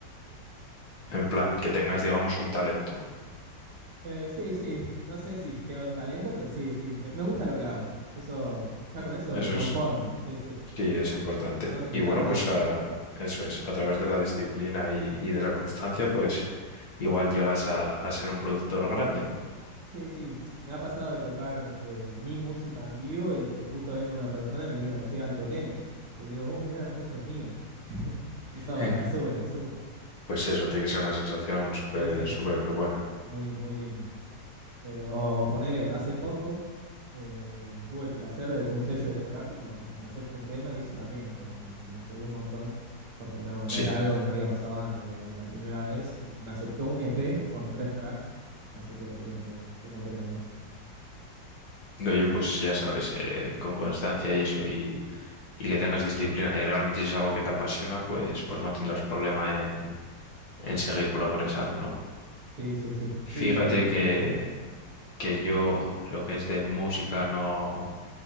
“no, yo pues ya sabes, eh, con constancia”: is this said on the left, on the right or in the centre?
Left